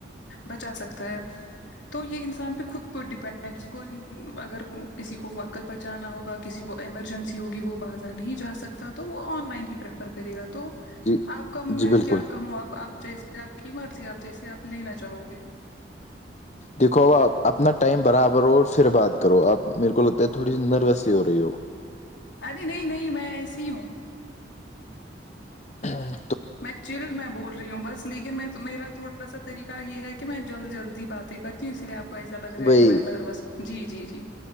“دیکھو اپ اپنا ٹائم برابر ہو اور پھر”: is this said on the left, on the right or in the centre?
Left